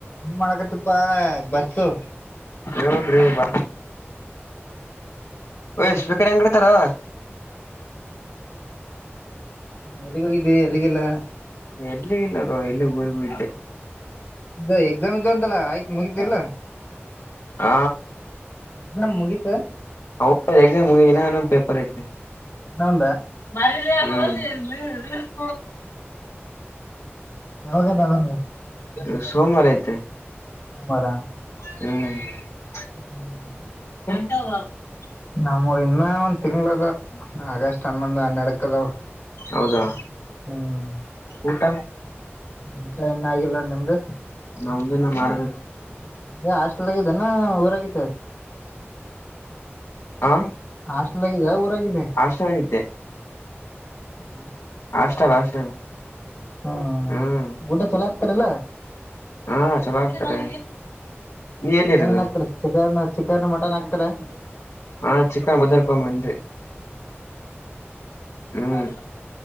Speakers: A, on the left; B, on the left.
A: ಏನ್ ಮಾಡಕತ್ತಪ್ಪಾ ಬಸ್ಸು
B: ಯನ ರ ಬ ಓಯ್ ಸ್ಪೀಕರ್ ಹೆಂಗ್ ಇಡತಾರೋ
A: ಹ್ಮ ಎಲ್ಲಿಗೆ ಹೋಗಿದ್ದಿ ಎಲ್ಲಿಗಿಲ್ಲ.
B: ಮೆಟ್ಲಿಇಲ್ಲ ರೋಹಿತ್ ಎಲ್ಲ
A: ಇದು ಎಕ್ಸಾಮ್ ಇದ್ದು ಅಂತಲ್ಲ ಆಯ್ತ್ ಮುಗಿತಿಲ್ಲ
B: <unintelligible> ಹ
A: ಎಕ್ಸಾಮ್ ಮುಗೀತ
B: ಅವಕ ಎಕ್ಸಾಮ್ ಮುಗನೊ ಇನ್ ಒನ್ ಪೇಪರ್ ಐತೆ
A: ಇನ್ನೊಂದ
B: ಮರಲ ಅಲ್ಲಿಕ
A: ಯಾವಾಗದ ಅದೊಂದು
B: <unintelligible> ಸೋ ಮಾರಾಯತೆ
A: ಸೋಮಾರ
B: ಹ್ಮ್
A: ಹ್ಮ್
B: ಹ <unintelligible>
A: ನಮ್ಮ ಇನ್ನ ಒಂದ್ ತಿಂಗಳ ಅದ ಆಗಸ್ಟ್ ಹನ್ನೊಂದು ಹನ್ನಡಕ್ ಅದಾವ
B: ಹೌದಾ
A: ಹ್ಮ್
B: ಊಟ
A: ಊಟ ಇನ್ನ ಆಗಿಲ್ಲ ನಿಮ್ದು
B: ನಮ್ದುನ್ನ ಮಾಡ್ಬೇಕು
A: ಹೇ ಹಾಸ್ಟೆಲ್ ಆಗಿದ್ದೇನೆ ಊರಗ ಇದ್ದೆ
B: ಹ
A: ಹಾಸ್ಟೆಲ್ ಆಗಿದ್ದೆ ಊರಾಗಿದ್ದೆ
B: ಹಾಸ್ಟೆಲ್ಗಿದ್ದೆ
A: ಹಾ
B: ಹಾಸ್ಟೆಲ್ ಹಾಸ್ಟೆಲ್
A: ಹ್ಮ
B: ಹ್ಮ್
A: ಊಟ ಚೊಲೋ ಹಾಕ್ತಾರಿಲ್ಲ
B: ಹಾ ಚಲೋ ಆಗ್ತಾರೆ ನೀ ಎಲ್ಲಿರೋದು
A: ಏನನ್ ಹಾಕ್ತರ ಚಿಕನ್ ಚಿಕನ್ ಮಟನ್ ಹಾಕ್ತರ <inaudible>
B: ಹಾ ಚಿಕನ್ ಬದರ್ಕೊಂಡ್ ಬಂದೆ ಹ್ಮ್